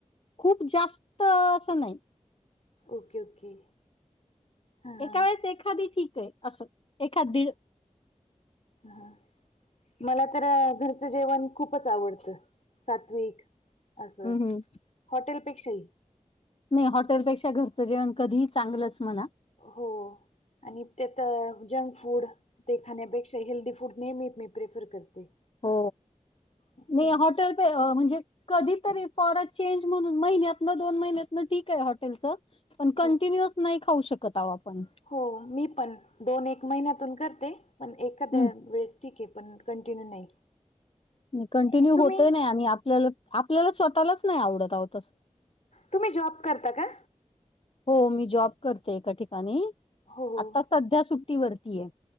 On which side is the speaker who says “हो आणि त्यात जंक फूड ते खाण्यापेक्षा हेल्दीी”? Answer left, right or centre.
Left